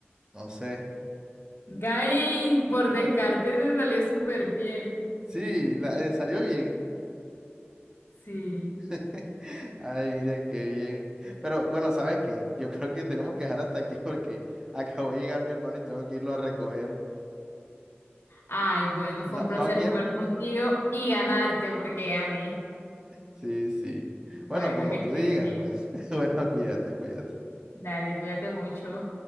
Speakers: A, on the right; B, on the left.
A: No sé.
B: Gay, por descarte se salió súper bien.
A: Sí, la- eh, salió bien.
B: Sí.
A: <laughs> Ay, miren, qué bien. Pero bueno, ¿sabes qué? Yo creo que tenemos que dejar hasta aquí porque acabo de llegar mi hermano y tengo que irlo a recoger.
B: Ay, bueno, fue
A: No,
B: un placer
A: no quiero.
B: jugar contigo y ganarte porque gané.
A: Sí, sí.
B: Bueno,
A: Bueno, como
B: que estés
A: tú digas,
B: bien.
A: pues. <laughs> Bueno, cuídate, cuídate.
B: Dale, cuídate mucho.